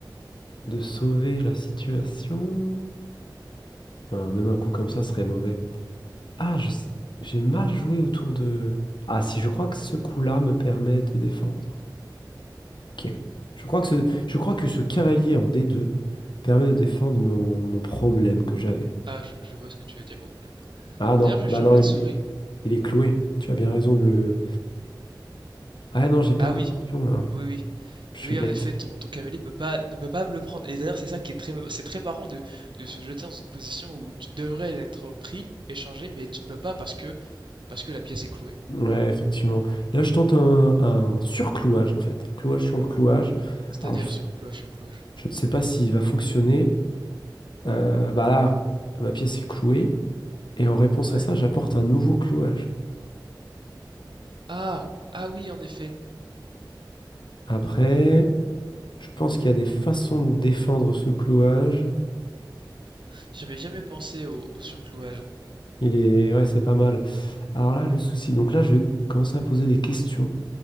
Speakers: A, on the left; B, on the right.
A: de sauver la situation. Hein, même un coup comme ça serait mauvais. Ah, je s- j'ai mal joué autour de... Ah si, je crois que ce coup-là me permet de défendre. Ok. Je crois que ce, je crois que ce cavalier en D2 Permet de défendre mon, mon problème que j'avais.
B: Ah, je, je vois ce que tu veux dire. Oh,
A: Ah non,
B: d'ailleurs, j'ai
A: bah
B: changé
A: non, il,
B: de souris.
A: il- est cloué. Tu as bien raison de le. Ah non, j'ai perdu
B: Ah oui,
A: un pion là.
B: oui, oui.
A: Je suis
B: Oui,
A: bête.
B: en effet, ton, ton cavalier peut pas, ne peut pas me le prendre. Et d'ailleurs, c'est ça qui est très, c'est très marrant de, de se jeter dans une position où tu devrais être pris, échangé, mais tu ne peux pas parce que, parce que la pièce est clouée.
A: Ouais, effectivement. Là, je tente un, un surclouage en fait. Un clouage sur le clouage.
B: C'est-à-dire
A: Alors, je,
B: sur cloche sur cloche.
A: je ne sais pas s'il va fonctionner. Euh, bah là, ma pièce est clouée. Et en réponse
B: Ouais.
A: à ça, j'apporte un nouveau clouage.
B: Ah, ah oui, en effet.
A: Après, je pense qu'il y a des façons de défendre ce clouage.
B: J'avais jamais pensé au, au surclouage.
A: Il est. Ouais, c'est pas mal. Alors là, le souci. Donc là, je vais commencer à poser des questions.